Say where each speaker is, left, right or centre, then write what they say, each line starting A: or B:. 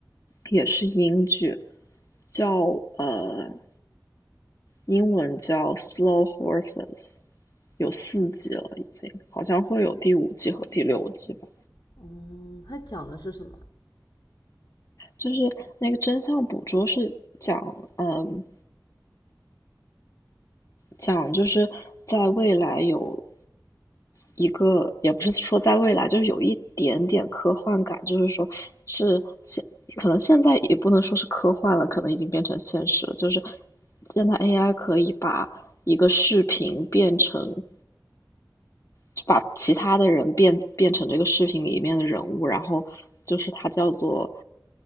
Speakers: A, on the left; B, on the left.
A: 也是英剧，叫呃英文叫 Slow Horses，有四季了已经，好像会有第五季和第六季吧。
B: 嗯，它讲的是什么？
A: 就是那个真相捕捉是讲，嗯、讲，就是在未来有一个，也不是说在未来，就是有一点点科幻感，就是说是现，可能现在也不能说是科幻了，可能已经变成现实了。就是现在 AI 可以把一个视频变成就把其他的人变变成这个视频里面的人物，然后就是它叫做